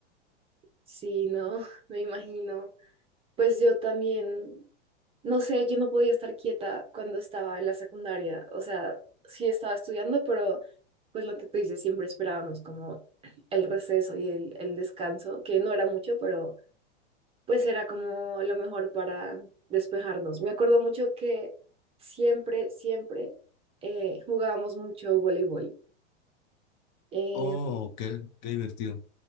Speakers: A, on the right; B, on the left.
A: Sí, no, <laughs> me imagino. Pues yo también, no sé, yo no podía estar quieta cuando estaba en la secundaria, o sea, sí estaba estudiando, pero pues lo que tú dices, siempre esperábamos como el receso y el, el descanso, que no era mucho, pero pues era como lo mejor para despejarnos. Me acuerdo mucho que siempre, siempre eh, jugábamos mucho voleibol. Eh,
B: Oh, qué, qué divertido.